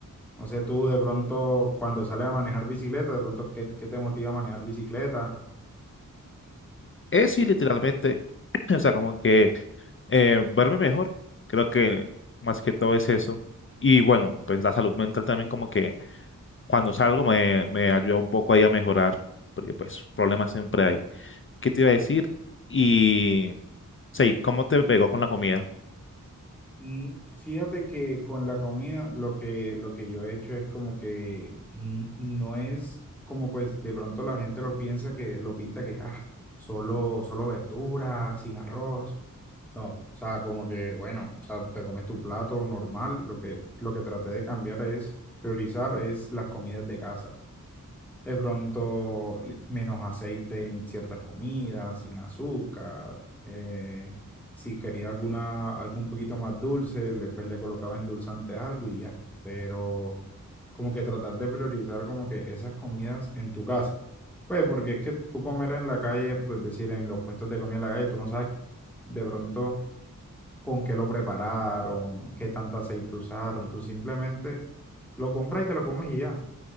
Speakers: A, in the centre; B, on the left (about 40°).
A: No sé tú de pronto cuando sales a manejar bicicleta, de pronto qué, qué te motiva a manejar bicicleta.
B: Es sí, literalmente, <clears throat> o sea, como que eh, verme mejor, creo que más que todo es eso. Y bueno, pues la salud mental también como que cuando salgo me, me ayuda un poco ahí a mejorar, porque pues problemas siempre hay. ¿Qué te iba a decir? Y... Sí, ¿cómo te pegó con la comida?
A: Mm, Fíjate que con la comida lo que, lo que yo he hecho es como que mm, no es como pues de pronto la gente lo piensa que lo pinta que ah, solo, solo verdura, sin arroz. No, o sea, como que bueno, o sea, te comes tu plato normal. Lo que, lo que traté de cambiar es priorizar es las comidas de casa. De pronto, le- menos aceite en ciertas comidas, sin azúcar. eh, si quería alguna, algo un poquito más dulce, le, pues le colocaba endulzante a algo y ya. Pero como que tratar de priorizar como que esas comidas en tu casa. Pues porque es que tú comer en la calle, pues decir, en los puestos de comida en la calle, tú no sabes de pronto con qué lo prepararon, qué tanto aceite usaron. Tú simplemente lo compras y te lo comes y ya